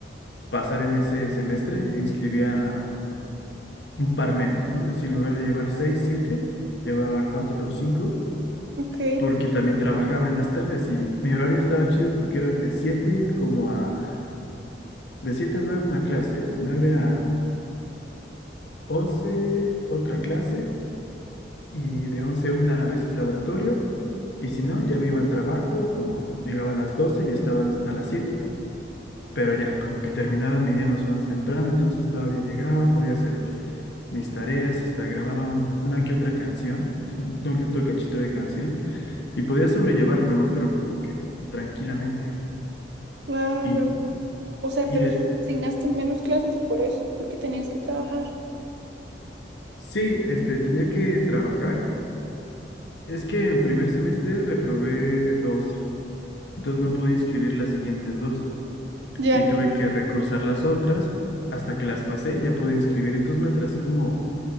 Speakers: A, on the left; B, on the right.
A: pasar en ese semestre, inscribía un par menos, ¿no? Así, en lugar de llevar seis, siete, llevaba cuatro o cinco,
B: Ok,
A: porque también trabajaba en las tardes y mi horario estaba chido porque era de siete como a, de siete a nueve una clase, de nueve a once otra clase y de 11 a 1 a veces laboratorio Y si no, ya me iba al trabajo, como llegaba a las 12 y estaba hasta las siete pero ya, como que terminaba mi día más o menos temprano, entonces todavía llegaba, podía hacer mis tareas, hasta grababa un- una que otra canción, es un un que otro cachito de canción, y podía sobrellevarlo, ¿no? Pero como que tranquilamente.
B: claro.
A: Y,
B: O sea,
A: y
B: pero
A: des-
B: si asignaste menos clases por eso, porque tenías que trabajar.
A: sí, este, tenía que trabajar. Es que en primer semestre reprobé dos, entonces no pude inscribir las siguientes dos.
B: Ya.
A: y tuve que recursar las otras hasta que las pasé, ya pude inscribir. Entonces me tracé como,